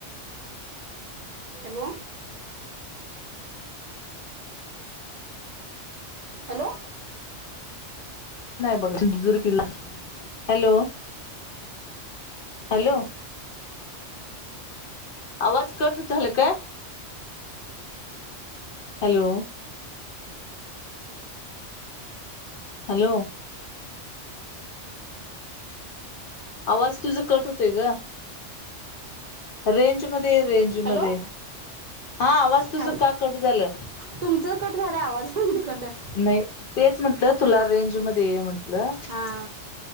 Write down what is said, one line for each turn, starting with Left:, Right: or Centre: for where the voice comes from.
Right: हॅलो हॅलो
Left: बघा <unintelligible> सिधुदुर्ला हॅलो हॅलो आवाज कट होत झाला काय? हॅलो हॅलो आवाज तुझं कट होतय ग. रेंज मध्ये ये रेंज
Right: हॅलो
Left: मध्ये हा आवाज तुझ
Right: हॅल
Left: का कट झालं
Right: तुमचं कट व्हायला आवाज तिकडनं
Left: नाही तेच म्हंटलं तुला रेंज मध्ये ये म्हंटलं
Right: हा